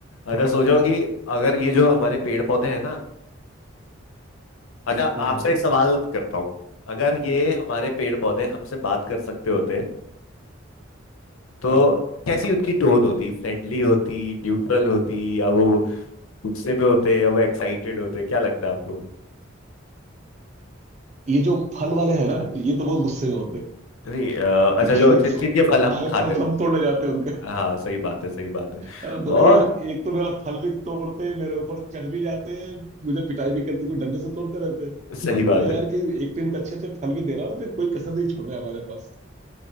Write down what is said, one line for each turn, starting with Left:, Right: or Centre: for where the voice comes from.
Left: अच्छा सोचो कि अगर ये जो हमारे पेड़ पौधे हैं ना अच्छा आपसे
Right: हाँ हाँ
Left: एक सवाल करता हूँ अगर ये हमारे पेड़ पौधे हमसे बात कर सकते होते तो
Right: हाँ हाँ
Left: कैसी उनकी टोन होती फ्रेंडली होती न्यूट्रल होती या वो गुस्से में होते या वो एक्साइटेड होते क्या लगता है आपको
Right: ये जो फल वाले हैं ना ये तो बहुत गुस्से में होते हैं
Left: नहीं अ, अच्छा
Right: क्योंकि
Left: जो जिन
Right: <laughs> सारे
Left: जिनके फल हम खाते
Right: फल
Left: हैं
Right: सब तोड़ ले जाते हैं उनका
Left: हाँ सही बात है सही बात है
Right: हाँ, बोले
Left: और
Right: यार एक तो मेरा फल भी तोड़ते हैं मेरे ऊपर चढ़ भी जाते हैं मुझे पिटाई भी करते हैं, कोई डंडे से तोड़ते रहते हैं
Left: सही बात
Right: बोले
Left: है
Right: यार कि एक तो इनका अच्छे अच्छे फल भी दे रहा हूँ फिर कोई कसर नहीं छोड़ रहा है हमारे पास